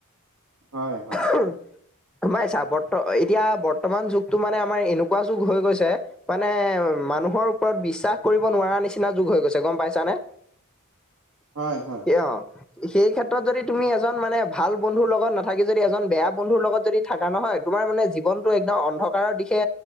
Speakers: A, on the right (about 80°); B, in the centre.
A: হয় -হয়।
B: <unintelligible> আমাৰ হিচাপটো এতিয়া বৰ্তমান যুগটো মানে আমাৰ এনেকুৱা যুগ হৈ গৈছে মানে মানুহৰ ওপৰত বিশ্বাস কৰিব নোৱাৰা নিচিনা যুগ হৈ গৈছে গম পাইছানে? <inaudible>
A: হয়-হয়।
B: কিয়? সেই ক্ষেত্ৰত যদি তুমি এজন মানে ভাল বন্ধুৰ লগত নাথাকি যদি এজন বেয়া বন্ধুৰ লগত যদি থাকা নহয় তোমাৰ মানে জীৱনটো একদম অন্ধকাৰৰ দিশে